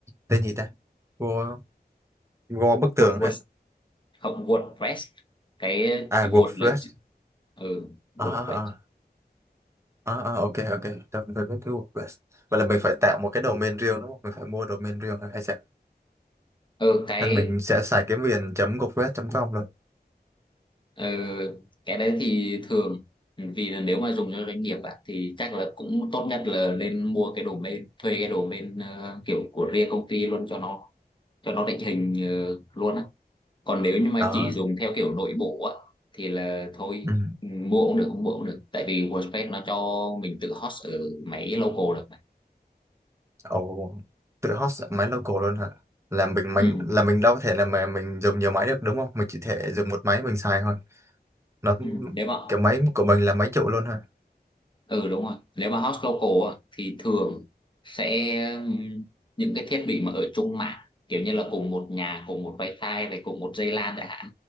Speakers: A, on the right (about 15°); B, on the left (about 30°).
A: tên gì ta Go Go bức tường
B: Word, Word,
A: hả
B: không WordPress cái
A: à
B: Word
A: WordPress
B: là ừ, WordPress
A: à à à à à, ok ok tôi tôi biết cái WordPress vậy là mình phải tạo một cái domain riêng đúng không mình phải mua domain riêng hay sao
B: ừ, cái
A: Là mình sẽ xài cái miền chấm gocret.com luôn
B: Ờ, cái đấy thì thường ừ, vì là nếu mà dùng cho doanh nghiệp ạ, thì chắc là cũng tốt nhất là nên mua cái domain thuê cái domain ờ, kiểu của riêng công ty luôn cho nó cho nó định hình ờ, luôn á còn nếu như mà
A: đó
B: chỉ dùng theo kiểu nội bộ á thì là thôi
A: ừ.
B: ừ, mua cũng được không mua cũng được tại vì WordPress nó cho mình tự host ở máy local được mà.
A: Ồ, tự host máy local luôn hả là mình mình
B: Ừ,
A: là mình đâu có thể là mà mình dùng nhiều máy được đúng không mình chỉ thể dùng một máy mình xài thôi nó
B: ừ. Nếu mà
A: cái máy của mình là máy chủ luôn hả
B: ừ đúng rồi nếu mà host local á, thì thường sẽ ừm, những cái thiết bị mà ở chung mạng kiểu như là cùng một nhà cùng một wifi này cùng một dây LAN đã hạn